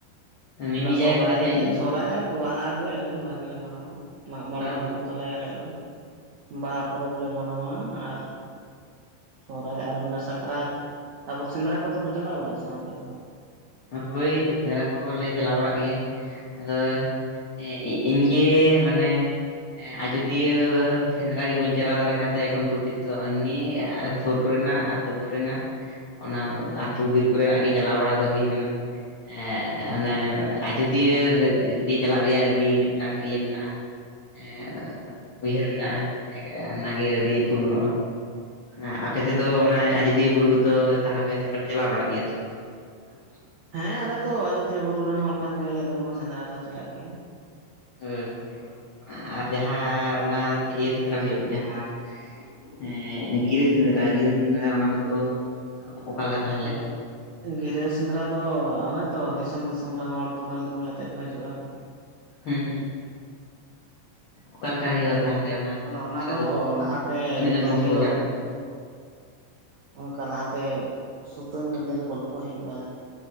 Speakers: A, on the left; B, on the right.
A: ᱢᱤᱢᱤᱫ
B: ᱚᱱᱟ
A: ᱡᱟᱭᱜᱟ
B: ᱥᱚᱦᱨᱟᱭ
A: ᱠᱚᱨᱮ ᱫᱚᱧ
B: ᱜᱮ
A: ᱟᱸᱡᱚᱢ
B: ᱥᱚᱦᱨᱟᱭ ᱟᱨ- ᱵᱟᱦᱟ ᱜᱮ ᱟᱞᱮ ᱫᱚ ᱵᱷᱟᱜᱮ ᱞᱮ ᱢᱟᱱᱟᱣᱟ, ᱢᱟᱜ ᱢᱚᱬᱮ
A: ᱦᱩᱸ
B: ᱦᱚᱸ ᱵᱟᱹᱱᱩᱜ ᱛᱟᱞᱮᱭᱟ ᱟᱞᱮᱭᱟᱜ ᱫᱚ ᱵᱟᱦᱟ ᱯᱚᱨᱚᱵᱽ ᱞᱮ ᱢᱟᱱᱟᱣᱟ ᱟᱨ ᱥᱚᱦᱨᱟᱭ ᱟᱨ ᱚᱱᱮ ᱥᱟᱠᱨᱟᱛ, ᱛᱟᱯᱚᱨ ᱥᱮᱸᱫᱽᱨᱟ ᱠᱚᱫᱚ ᱯᱮ ᱪᱟᱞᱟᱣ ᱵᱟᱲᱟᱜ-ᱟ ᱥᱮ ᱵᱟᱝ ᱟᱯᱮ ᱫᱚ?
A: ᱦᱳᱭ ᱥᱮᱸᱫᱽᱨᱟ ᱠᱚᱦᱚᱸ ᱞᱮ ᱪᱟᱞᱟᱣ ᱵᱟᱲᱟᱜ ᱜᱮᱭᱟ ᱟᱫᱚ ᱮᱸ ᱤ-ᱤᱧ ᱜᱮ ᱢᱟᱱᱮ ᱮᱸ ᱟᱡᱚᱫᱤᱭᱟᱹᱻ ᱥᱮᱸᱫᱽᱨᱟ ᱜᱮ ᱵᱟᱹᱧ ᱪᱟᱞᱟᱣ ᱫᱟᱲᱮ ᱠᱟᱣᱫᱟ ᱮᱠᱷᱚᱱ ᱯᱚᱨᱡᱚᱱᱛᱚ ᱟᱭ ᱱᱤ ᱥᱩᱨ ᱠᱚᱨᱮᱱᱟᱜ ᱛᱩ ᱠᱚᱨᱮᱱᱟᱜ ᱚᱱᱟ ᱟᱛᱩ ᱵᱤᱨ ᱠᱚᱨᱮᱱᱟᱜ ᱜᱮ ᱪᱟᱞᱟᱣ ᱵᱟᱲᱟ ᱫᱚ ᱦᱩᱭ ᱠᱟᱱᱟ ᱮᱜ
B: ᱚ
A: ᱚᱱᱮ ᱟᱡᱚᱫᱤᱭᱟᱹ ᱜᱮ ᱪᱟᱞᱟᱜ ᱪᱟᱞᱟᱜ-ᱟ ᱟᱹᱰᱤ ᱢᱤᱫᱴᱟᱝ ᱤᱭᱟᱹ ᱢᱮᱱᱟᱜ-ᱟ᱾ ᱮᱻ ᱩᱭᱦᱟᱹᱨ ᱢᱟᱱᱟᱜ-ᱟ ᱚᱱᱟᱜᱤ ᱟᱣᱨᱤ ᱯᱩᱨᱩᱱᱚᱜ-ᱟ᱾ ᱦᱮᱸ ᱟᱯᱮ
B: ᱚ
A: ᱥᱮᱫ ᱫᱚ ᱚᱱᱟ ᱟᱡᱚᱫᱤᱭᱟᱹ ᱵᱩᱨᱩ ᱠᱚ ᱛᱚ ᱛᱟᱦᱞᱮ ᱯᱮ ᱥᱮᱸᱫᱽᱨᱟ ᱯᱮ ᱪᱟᱞᱟᱣ ᱵᱟᱲᱟᱜ ᱜᱮᱭᱟ ᱛᱚ? <inaudible>
B: ᱦᱮᱸ ᱟᱞᱮ ᱫᱚ ᱟᱡᱚᱫᱤᱭᱟᱹ ᱵᱩᱨᱩ ᱨᱮᱱ ᱦᱚᱲ ᱠᱟᱱ ᱜᱮᱭᱟᱞᱮ ᱟᱫᱚ ᱱᱚᱣᱟ ᱥᱮᱸᱫᱽᱨᱟ ᱞᱮ ᱪᱟᱞᱟᱜ ᱜᱮᱭᱟ᱾
A: ᱦᱩᱸ ᱟᱨ ᱡᱟᱦᱟᱸ ᱚᱱᱟ ᱤᱭᱟᱹ ᱥᱮᱸᱫᱽᱨᱟ ᱦᱩᱭᱩᱜ ᱡᱟᱦᱟᱸ ᱮᱻ ᱜᱤᱨᱟᱹ ᱥᱮᱸᱫᱽᱨᱟ ᱜᱤᱨᱟᱹ ᱥᱮᱸᱫᱽᱨᱟ ᱚᱱᱟ ᱠᱚᱫᱚ ᱚᱠᱟ ᱞᱮᱠᱟ ᱛᱟᱦᱚᱞᱮ
B: <unintelligible> ᱜᱤᱨᱟᱹ ᱥᱮᱸᱫᱽᱨᱟ ᱫᱚ ᱚᱱᱮ ᱛᱚ ᱫᱤᱥᱚᱢ ᱫᱤᱥᱚᱢ ᱨᱮᱱ ᱦᱚᱲ ᱫᱩᱢᱟᱹᱞ ᱫᱩᱢᱟᱹᱞ ᱟᱛᱮᱫ ᱠᱚ ᱦᱤᱡᱩᱜ-ᱟ ᱾
A: ᱦᱩᱸ ᱦᱩᱸ ᱚᱠᱟ ᱞᱮᱠᱟ ᱦᱩᱭᱩᱜ-ᱟ? ᱛᱟᱦᱞᱮ ᱚᱱᱟ
B: ᱚᱱᱟ
A: ᱥᱮᱸᱫᱽᱨᱟ ᱫᱚ
B: ᱞᱟᱦᱟᱛᱮ
A: ᱛᱤᱱᱟᱹᱜ ᱜᱟᱱ
B: ᱫᱷᱤᱨᱤ
A: ᱦᱚᱲ ᱠᱚᱠᱚ ᱡᱟᱣᱨᱟᱜ-ᱟ ᱾
B: ᱚᱝᱠᱟ ᱞᱟᱦᱟᱛᱮ ᱥᱩᱛᱟᱹᱱ ᱴᱟᱺᱰᱤ ᱨᱮ ᱜᱚᱞᱯᱷᱚ ᱦᱩᱭᱩᱜ-ᱟ